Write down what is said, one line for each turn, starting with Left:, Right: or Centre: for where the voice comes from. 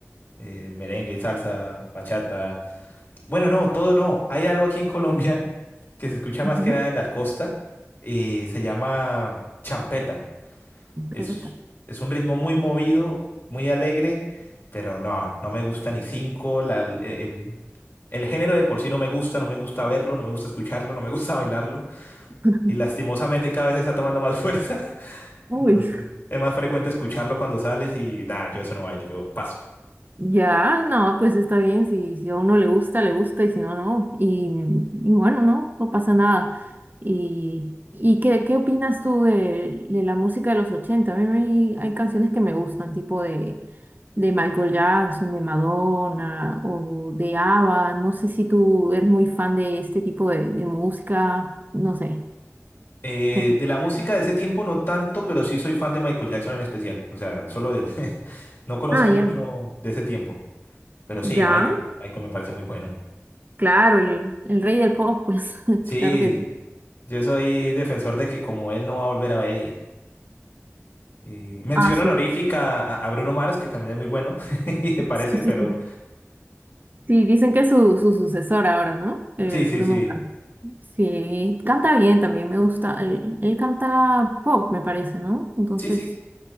Left: eh, merengue, salsa, bachata. Bueno, no, todo no. Hay algo aquí en Colombia <laughs> que se escucha
Right: Ujú.
Left: más que nada en las costas, eh, se llama champeta. Es,
Right: Ahí está.
Left: es un ritmo muy movido, muy alegre, pero no, no me gusta ni cinco. la- el, el- el género de por sí no me gusta, no me gusta verlo, no me gusta escucharlo, no me gusta <laughs> bailarlo.
Right: <laughs>
Left: Y lastimosamente cada vez está tomando más <laughs> fuerza.
Right: Uy.
Left: Entonces, es más frecuente escucharlo cuando sales y nada, yo eso no bailo, yo paso.
Right: Ya, no, pues está bien, si, si a uno le gusta, le gusta, y si no, no. Y, y bueno, no, no pasa nada. ¿Y, y qué, qué opinas tú de, de la música de los ochenta A mí me- hay canciones que me gustan, tipo de, de Michael Jackson, de Madonna o de ABBA. No sé si tú eres muy fan de este tipo de, de música, no sé,
Left: Eh,
Right: ¿qué opinas?
Left: de la música de ese tiempo no tanto, pero sí soy fan de Michael Jackson en especial. O sea, solo de él. <laughs> No conozco
Right: Ah, ya.
Left: mucho de ese tiempo, pero sí,
Right: Ya,
Left: Michael. Michael me parece muy bueno.
Right: claro, el, el rey del pop, pues, <laughs>
Left: Sí,
Right: claro que sí.
Left: yo soy defensor de que como él no va a volver a ver y, y mención
Right: Ah, sí.
Left: honorífica a, a Bruno Mars, que también es muy bueno, <laughs> y me
Right: <laughs>
Left: parece, pero
Right: Sí, dicen que es su, su sucesor ahora, ¿no? El
Left: sí, sí,
Right: Bruno
Left: sí.
Right: Mars. Sí, canta bien también, me gusta. Él, él canta pop, me parece, ¿no? Entonces,
Left: Sí, sí.